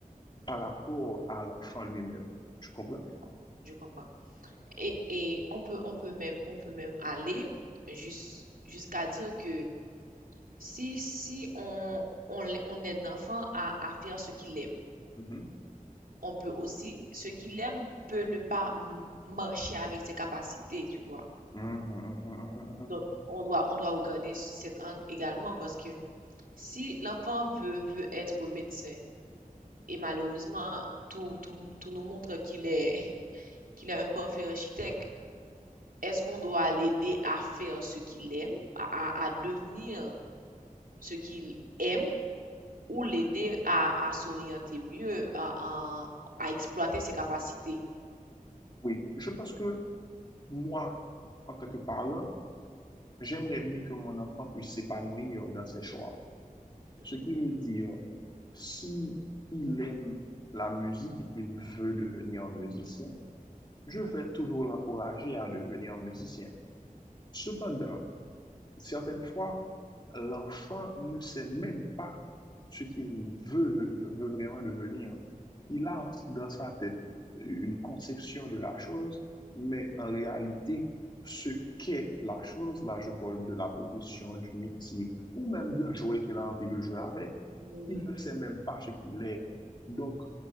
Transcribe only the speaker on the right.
mhm. Je comprends. Et, et on peut, on peut même, on peut même aller jus- jusqu'à dire que si, si on, on, l- on aide l'enfant à, à faire ce qu'il aime,
on peut aussi, ce qu'il aime peut ne pas m- marcher avec ses capacités, tu vois.
Donc, on doit, on doit regarder cet angle également parce que Si l'enfant veut veut être médecin et malheureusement tout, tout, tout nous montre qu'il est <laughs> qu'il est un parfait architecte, est-ce qu'on doit l'aider à faire ce qu'il aime, à, à- à devenir ce qu'il aime ou l'aider à, à s'orienter mieux, à, à- à exploiter ses capacités?
Mhm,
mhm.
Oui, oui,